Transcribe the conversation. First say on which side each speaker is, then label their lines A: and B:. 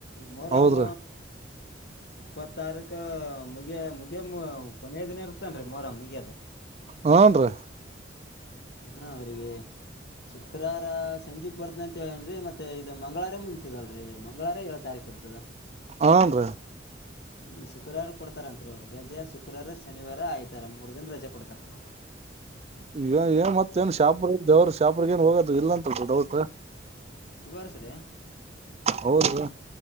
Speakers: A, on the left; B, on the right.
A: ಮೋರಾಮ
B: ಹೌದ್ರಿ
A: ಇಪ್ಪತ್ತಾರೀಕು ಮುಗಿಯ ಮುಗಿಯ ಕೊನೆಯ ದಿನ ಇರ್ ಇನ್ರಿ ಮೋರ ಮುಗಿಯದ
B: ಹನ್ರಿ
A: ಹಾ ಅವಿಗೆ ಶುಕ್ರವಾರ ಸಂಜೆಕ್ ಬರ್ತನ ಅಂತ ಹೇಳೇನ್ ಮತ್ತೆ ಇದು ಮಂಗಳವಾರ ಮುಗತದಲ್ರರಿ ಮಂಗಳವಾರ ಏಳ ತಾರೀಕ ಇರ್ತದ
B: ಹನ್ ರೀ
A: ಹ್ಮ್ ಶುಕ್ರವಾರ ಕೊಡ್ತಾರಂತ್ರಿ ಅವ್ರಿಗೆ ರಜೆ ಶುಕ್ರವಾರ ಶನಿವಾರ ಆಯ್ತಾರ ಮೂರ್ ದಿನ ರಜೆ ಕೊಡ್ತಾರಂತ
B: ಈ ಏನ್ ಮತ್ತ ಏನ್ ಶಾಪ್ರ ದೇವ್ರರು ಶಾಪ್ರ ಏನ್ ಹೋಗದ ಇಲ್ಲಂತ ದಡ ತ್
A: ಇವ ವರ್ಸ್ ರಿ
B: ಹೌದು